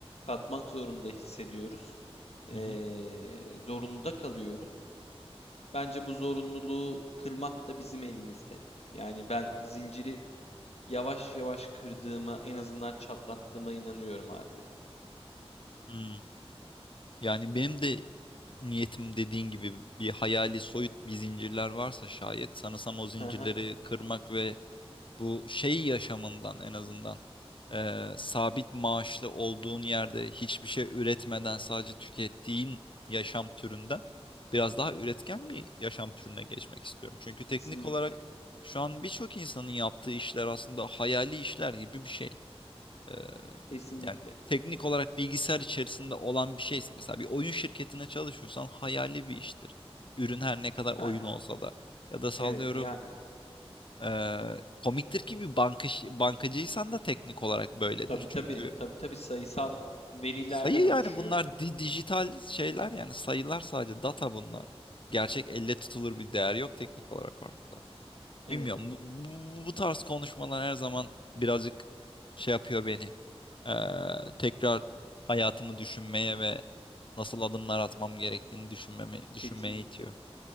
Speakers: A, on the left; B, on the left.
A: katmak zorunda hissediyoruz. Ee,
B: hı hı,
A: zorunda kalıyoruz. Bence bu zorunluluğu kırmak da bizim elimizde. Yani ben zinciri yavaş yavaş kırdığıma, en azından çatlattığıma inanıyorum artık.
B: hı. Yani benim de niyetim dediğin gibi bir hayali soyut bir zincirler varsa şayet sanırsam o zincirleri
A: Hı hı.
B: kırmak ve bu şey yaşamından en azından eee, sabit maaşlı olduğun yerde hiçbir şey üretmeden sadece tükettiğin yaşam türünden biraz daha üretken bir yaşam türüne geçmek istiyorum. Çünkü teknik
A: Kesinlikle.
B: olarak şu an birçok insanın yaptığı işler aslında hayali işler gibi bir şey. Eee,
A: Kesinlikle.
B: yani teknik olarak bilgisayar içerisinde olan bir şeyse mesela bir oyun şirketine çalışıyorsan hayali bir iştir. Ürün her ne kadar
A: Yani,
B: oyun olsa da ya da sallıyorum
A: evet, yani.
B: ee, komiktir ki bir banka, bankacıysan da teknik olarak böyledir.
A: Tabii,
B: Çünkü
A: tabii. Tabii, tabii sayısal verilerden
B: sayı
A: oluşuyor.
B: yani bunlar di- dijital şeyler yani sayılar sadece data bunlar. Gerçek elle tutulur bir değer yok teknik olarak ortada.
A: Evet,
B: Bilmiyorum bu, bu, bu tarz konuşmalar her zaman birazcık şey yapıyor beni. Ee, tekrar hayatımı düşünmeye ve nasıl adımlar atmam gerektiğini düşünmeme, düşünmeye
A: kesinlikle.
B: itiyor.